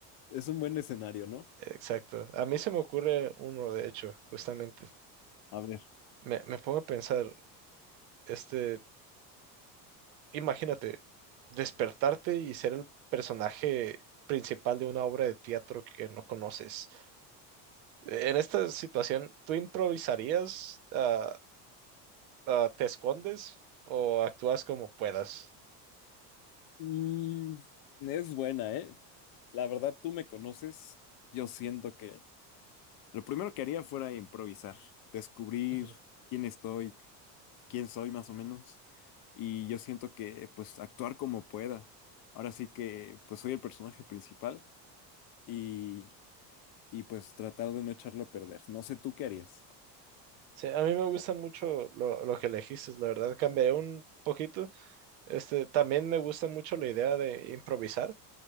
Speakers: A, on the left (about 45°); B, on the right (about 85°).
A: Es un buen escenario, ¿no?
B: Exacto. A mí se me ocurre uno, de hecho, justamente.
A: A ver.
B: Me, me pongo a pensar, este, imagínate, despertarte y ser el personaje principal de una obra de teatro que no conoces. E, En esta situación, ¿tú improvisarías? ah, ah, te escondes o actúas como puedas.
A: Mm, es buena, ¿eh? La verdad, tú me conoces. Yo siento que lo primero que haría fuera improvisar, descubrir
B: Ujú.
A: quién estoy, quién soy más o menos. Y yo siento que, pues, actuar como pueda. Ahora sí que, pues, soy el personaje principal y, y pues, tratar de no echarlo a perder. No sé, ¿tú qué harías?
B: Sí, a mí me gusta mucho lo, lo que elegiste, la verdad, cambié un poquito. Este, también me gusta mucho la idea de improvisar,